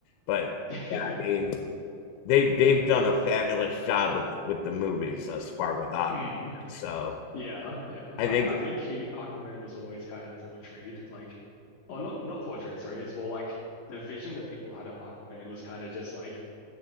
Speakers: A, on the left; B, on the left.
A: But
B: <laughs>
A: yeah, I mean, they've they've done a fabulous job with with the movies thus far with Aqua.
B: Mm.
A: So
B: Yeah. Yeah.
A: I
B: I
A: think
B: I think he Aquaman was always kind of portrayed like or not not portrayed, sorry. It's more like the vision that people had of Aquaman was kind of just like